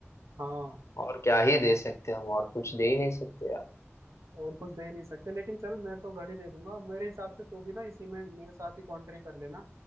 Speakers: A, on the right; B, on the left.
A: हाँ
B: और क्या ही दे सकते हैं हम और कुछ दे ही नहीं सकते यार
A: और कुछ दे नहीं सकते लेकिन चल मैं तो घड़ी दे दूंगा मेरे हिसाब से तू भी ना इसी में मेरे साथ ही कॉन्ट्री कर लेना